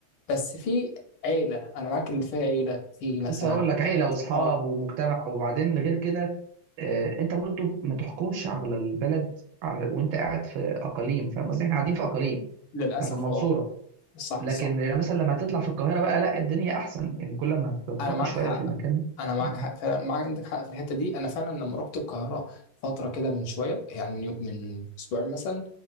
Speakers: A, on the left; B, on the right.
A: بس في عيلة أنا معاك اللي فيها عيلة في مثلا
B: لسه هقول لك عيله واصحاب
A: اه
B: ومجتمع وبعدين غير كده آه، انت برضو ما تحكمش على البلد على وانت قاعد في اقاليم فاهم قصدي احنا قاعدين في اقاليم
A: للأسف
B: احنا في المنصوره
A: اه صح
B: لكن
A: صح
B: مثلا لما تطلع في القاهره بقى لا الدنيا احسن يعني كل ما هترتقي
A: أنا معاك
B: شويه
A: حق
B: في المكان
A: أنا معاك
B: مم.
A: حق فعلا معاك عندك حق في الحتة دي أنا فعلا لما رحت القاهرة فترة كده من شوية يعني من يوم من أسبوعين مثلا